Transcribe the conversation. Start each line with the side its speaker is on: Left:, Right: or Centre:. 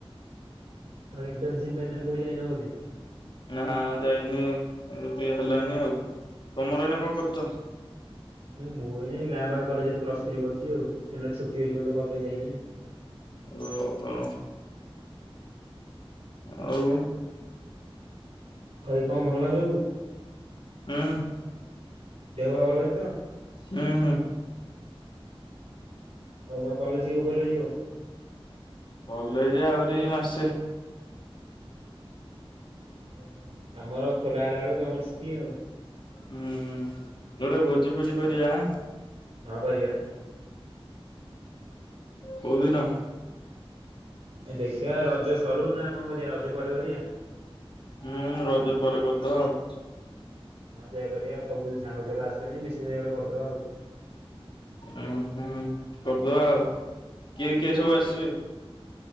Right: ଇଟର୍ନସିପ ପାଇଁ ତାେ କୋଉଠି ଯାଇନ। <inaudible>
Left: ନା ଯାଇନି, <inaudible> ହେଲାନି ଆଉ। ତମର ଏଇନା କଣ କରୁଛ?
Right: ମୁଁ <unintelligible> ଗାଁ ପାଖରେ କଲେଜରେ ପ୍ଲସ୍ ଥ୍ରୀ କରିଛି ଆଉ। ଏବେ ଛୁଟି ଅଛି ବୋଲି ତ କଲେଜ ଯାଇନି।
Left: ଓ ହୋ। ଆଉ।
Right: ଭାଇ କଣ ଭଲ ନା ସବୁ?
Left: ହୁଁ
Right: ଦେହ ଫାହା ଭଲ ଅଛି ତ?
Left: ହୁଁ ହୁଁ।
Right: ଆଉ ତ କଲେଜ କିଏ ଖୋଲେଯିବ?
Left: କଲେଜ ଆହୁରି ମାସେ।
Right: ଓହୋ, ଆମର ଖୋଲା ହେଲା ବେଳୁ ତମର ଛୁଟି ଆଉ!
Left: ହୁଁ, ଗୋଟେ ଭୋଜି ଫୋଜି କରିବା।
Right: ହଁ, କରିବା।
Left: କୋଉଦିନ?
Right: ଏ ଦେଖିଆ, ରଜ ସରୁ ନା କଣ କରିବା। ରଜ ପରେ କରିବା।
Left: ହୁଁ, ରଜ ପରେ କରିଦବା ଆଉ।
Right: ଏ ସେଇଆ କରିବା। ସବୁ ସାଙ୍ଗଙ୍କ ସହିତ ଆସୁଛନ୍ତି, ମିଶି ମିଶାଇ କରିଦବା ଆଉ।
Left: ଉ ହୁଁ, କରିଦବା ଆଉ। କିଏ କିଏ ସବୁ ଆସିବେ?